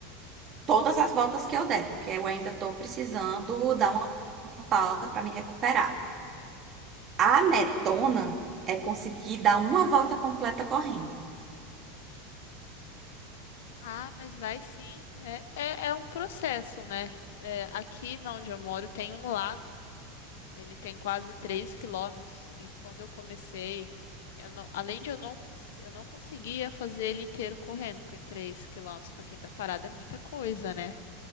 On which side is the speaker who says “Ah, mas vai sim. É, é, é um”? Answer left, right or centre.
Left